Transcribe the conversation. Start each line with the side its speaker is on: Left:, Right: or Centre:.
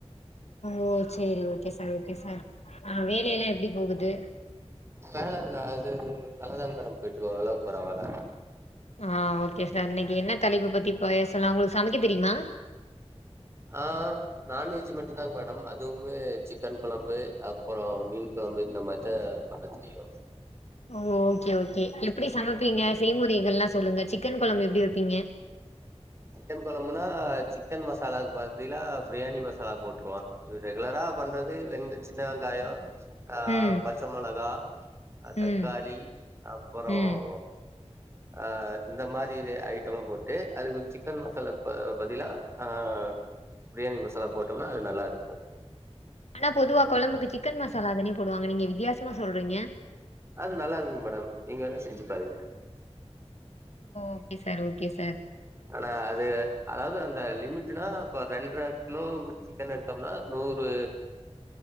Left: ஓ சேரி ஓகே சார் ஓகே சார் ஆஹ் வேலயெல்லா எப்டி போகுது
Right: வேல நா அது நல்லாதாங்க மேடம் போயிட்ருக்கு ஓரளவுக்கு பரவால்ல
Left: ஆஹ் ஓகே சார் இன்னைக்கி என்ன தலைப்பு பத்தி பேசலா உங்களுக்கு சமைக்க தெரியுமா
Right: ஆஹ் நான்வெஜ் மட்டும்தா மேடம் அதுவுமே சிக்கன் கொழம்பு அப்புறோ மீன் கொழம்பு இந்த மாரிதா பண்ண தெரியு
Left: ஓ ஓகே ஓகே எப்டி சமைப்பீங்க செய்முறைகள் எல்லாம் சொல்லுங்க சிக்கன் குழம்பு எப்டி வைப்பீங்க
Right: சிக்கன் குழம்புனா சிக்கன் மசாலாக்கு பத்திலா பிரியாணி மசாலா போட்டுருவோம் இது ரெகுலரா பண்றது வெங்க சின்ன வெங்காயம் அஹ
Left: ம்
Right: பச்ச மிளகா தக்காளி
Left: ம்
Right: அப்பறம்
Left: ம்
Right: அ இந்த மாரி ஐட்டம் போட்டு அதுக்குசிக் சிக்கன் மசாலா பதிலா ஆ பிரியாணி மசாலா போட்டோம்னா அது நல்லா இருக்கும்
Left: ஆனா பொதுவா குழம்புக்கு சிக்கன் மசாலா தானே போடுவாங்க நீங்க வித்தியாசமா சொல்றீங்க
Right: அது நல்லா இருக்குங்க மேடம் நீங்க வேணுணாம் செஞ்சு பாருங்க
Left: ஓகே சார் ஓகே சார்
Right: ஆனா அது அதாவது அந்த லிமிட்னா இப்ப ரெண்ட கிலோ சிக்கன் எடுத்தோம்னா நூறு